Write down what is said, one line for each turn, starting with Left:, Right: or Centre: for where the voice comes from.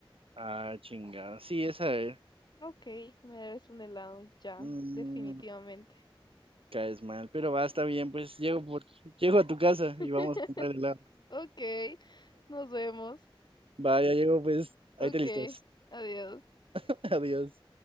Right: Ah, chingada. Sí, esa es.
Left: Ok, me debes un helado ya,
Right: Mm,
Left: definitivamente.
Right: caes mal, pero va, está bien, pues llego por, llego a tu casa
Left: <laughs>
Right: y vamos a comprar helado.
Left: Ok, nos vemos.
Right: Va, ya llego, pues, ahí
Left: Ok,
Right: te listas.
Left: adiós.
Right: <laughs> Adiós.